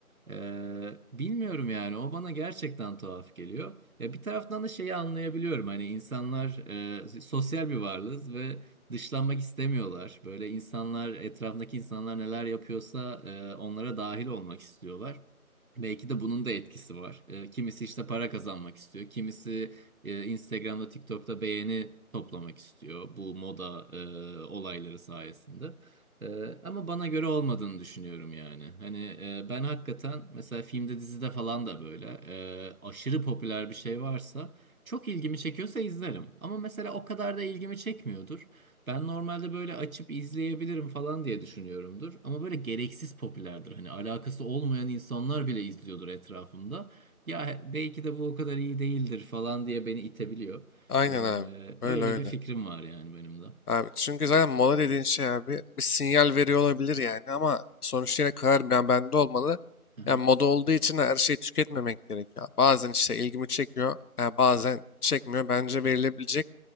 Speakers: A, on the right (about 65°); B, on the left (about 80°).
A: E, bilmiyorum yani o bana gerçekten tuhaf geliyor. Ya bir taraftan da şeyi anlayabiliyorum. Hani insanlar e, sosyal bir varlığız ve dışlanmak istemiyorlar. Böyle insanlar, etrafındaki insanlar neler yapıyorsa e, onlara dahil olmak istiyorlar. Belki de bunun da etkisi var. E, kimisi işte para kazanmak istiyor. Kimisi e, Instagram'da, TikTok'ta beğeni toplamak istiyor bu moda e, olayları sayesinde. E, ama bana göre olmadığını düşünüyorum yani. Hani e, ben hakikaten mesela filmde, dizide falan da böyle e, aşırı popüler bir şey varsa çok ilgimi çekiyorsa izlerim. Ama mesela o kadar da ilgimi çekmiyordur. Ben normalde böyle açıp izleyebilirim falan diye düşünüyorumdur. Ama böyle gereksiz popülerdir. Hani alakası olmayan insanlar bile izliyordur etrafımda. Ya belki de bu o kadar iyi değildir falan diye beni itebiliyor.
B: Aynen
A: Ee,
B: abi. Öyle
A: öyle
B: öyle.
A: bir fikrim var yani benim de.
B: Abi çünkü zaten mola dediğin şey abi bir sinyal veriyor olabilir yani ama sonuçta yine karar ben bende olmalı.
A: Aha.
B: Yani moda olduğu için her şeyi tüketmemek gerekiyor. Bazen işte ilgimi çekiyor, yani bazen çekmiyor. Bence verilebilecek